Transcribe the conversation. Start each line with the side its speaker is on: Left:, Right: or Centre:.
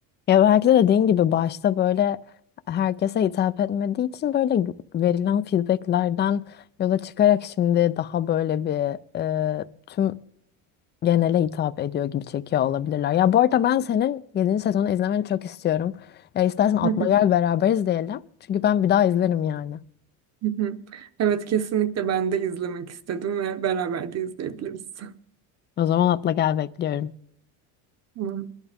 Left: Ya belki de dediğin gibi başta böyle herkese hitap etmediği için böyle verilen feedbacklerden yola çıkarak şimdi daha böyle bir e, tüm genele hitap ediyor gibi çekiyor olabilirler. Ya bu arada ben senin 7. sezonu izlemeni çok istiyorum. Ya istersen atla
Right: Hı hı,
Left: gel beraber izleyelim. Çünkü ben bir daha izlerim yani.
Right: hı hı. Evet kesinlikle ben de izlemek istedim ve beraber de izleyebiliriz. <laughs>
Left: O zaman atla gel bekliyorum.
Right: Tamam.